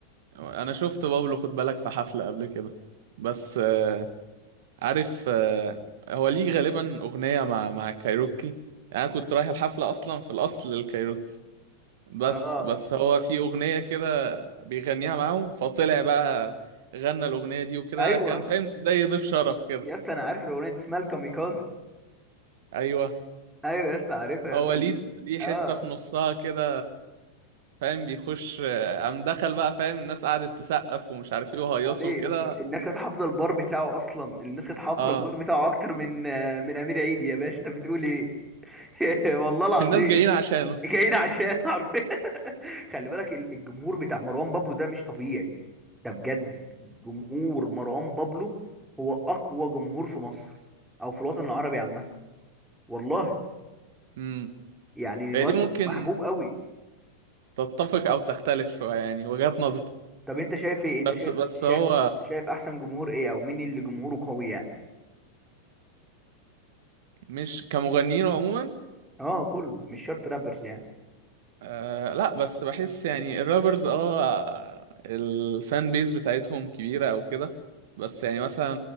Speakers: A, on the right; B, in the centre.
A: انا شفت بابلو خد بالك في حفلة قبل كده بس آه، عارف آه، هو ليه غالبا اغنية مع مع كايروكي يعني انا كنت رايح الحفلة اصلا في الاصل للكايروكي بس
B: اه
A: بس هو في اغنية كده بيغنيها معاهم فطلع بقى غنى الاغنية دي وكده
B: ايوه
A: كان فاهم زي ضيف شرف كده
B: يا اسطى انا عارف الاغنيه دي اسمها الكاميكازي
A: ايوه
B: ايوه يا اسطى عارفها يا
A: هو
B: اسطى
A: ليه ليه حتة
B: اه
A: في نصها كده فاهم بيخش آه، قام دخل بقى فاهم الناس قعدت تسقف ومش عارف ايه وهيصوا
B: امال ايه
A: وكده
B: يا اسطى الناس كانت حافظه البار بتاعه اصلا الناس كانت حافظه
A: اه
B: البار بتاعه اكتر من آه، من امير عيد يا باشا انت بتقول ايه <laughs> والله العظيم
A: الناس جايين عشانه
B: جايين عشان عارفين <laughs> خلي بالك ال- الجمهور بتاع مروان بابلو ده مش طبيعي ده بجد جمهور مروان بابلو هو اقوى جمهور في مصر او في الوطن العربي عامه والله
A: <laughs>
B: يعني الواد
A: هي دي ممكن
B: محبوب قوي
A: تتفق او تختلف شويه يعني وجهات نظر
B: طب انت شايف ايه انت
A: بس
B: شايف
A: بس
B: شايف
A: هو
B: شايف احسن جمهور ايه او مين اللي جمهوره قوي يعني
A: مش كمغنيين عموما
B: اه كله مش شرط رابرز يعني
A: آه لا بس بحس يعني الرابرز اه الفان بيز بتاعتهم كبيره او كده بس يعني مثلا